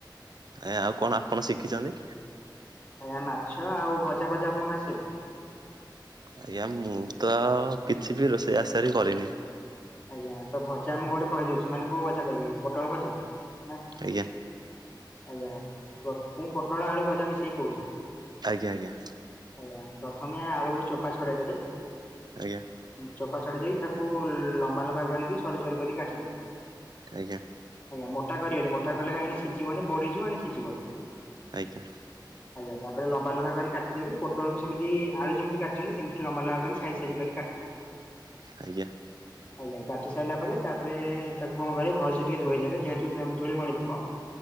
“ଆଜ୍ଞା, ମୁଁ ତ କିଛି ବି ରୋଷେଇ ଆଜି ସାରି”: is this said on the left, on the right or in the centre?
Right